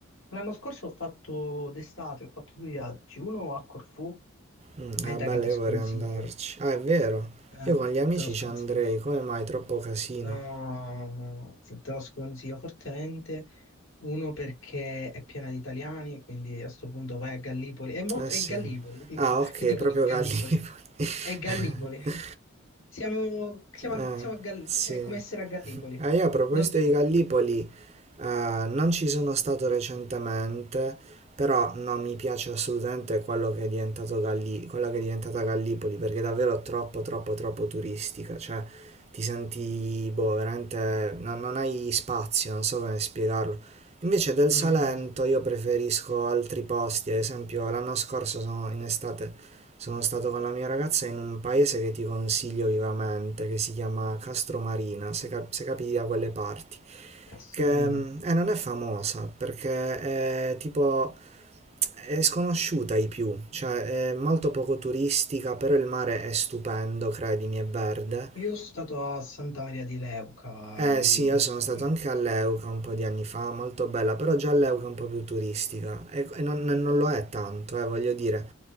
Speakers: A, on the left; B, on the right.
A: l'anno scorso ho fatto d'estate, ho fatto due viaggi, uno a Corfù,
B: Mm,
A: meta
B: ah, bella,
A: che ti
B: io
A: sconsiglio,
B: vorrei andarci. Ah, è vero.
A: eh,
B: Io con gli amici
A: te lo sconsiglio.
B: ci andrei. Come mai? Troppo casino.
A: No, no, te lo sconsiglio fortemente. Uno perché è piena di italiani, quindi a sto punto vai a Gallipoli. È molto,
B: Eh sì.
A: è Gallipoli, ti-
B: Ah,
A: ti
B: ok,
A: dico
B: proprio
A: che è Gallipoli.
B: Gallipoli. <laughs>
A: È Gallipoli. Siamo, siamo,
B: Ah,
A: a- siamo a Gallipoli,
B: sì.
A: cioè è come essere a Gallipoli.
B: Eh, io a proposito
A: Davvero.
B: di Gallipoli, eh, non ci sono stato recentemente, però non mi piace assolutamente quello che è diventato Galli- quella che è diventata Gallipoli, perché è davvero troppo, troppo, troppo turistica, cioè ti senti, boh, veramente, non, non hai spazio, non so come spiegarlo. Invece del
A: Mm.
B: Salento io preferisco altri posti, ad esempio l'anno scorso sono in estate sono stato con la mia ragazza in un paese che ti consiglio vivamente, che si chiama Castromarina, se, cap- se capiti da quelle parti,
A: Cazzo
B: che
A: Marino.
B: mm, eh, non è famosa perché è tipo è sconosciuta ai più, cioè è molto poco turistica, però il mare è stupendo, credimi, è verde.
A: Io sono stato a Santa Maria di Leuca,
B: Eh
A: lì,
B: sì, io
A: in
B: sono
A: Puglia.
B: stato anche a Leuca un po' di anni fa, molto bella, però già Leuca è un po' più turistica e, e non, non lo è tanto, eh, voglio dire.